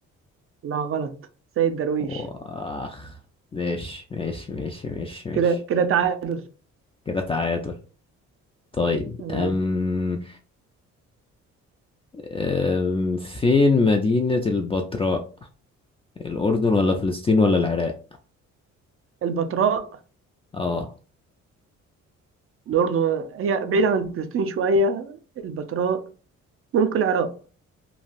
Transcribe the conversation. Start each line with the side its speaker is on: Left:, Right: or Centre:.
Right: لا غلط سيد درويش
Left: واخ ماشي ماشي ماشي ماشي ماشي
Right: كده كده تعادل
Left: كده تعادل طيب
Right: تمام
Left: أم... أم... فين مدينة البتراء الأردن ولا فلسطين ولا العراق
Right: البتراء
Left: اه
Right: الأردن هي بعيدة عن فلسطين شوية البتراء ممكن العراق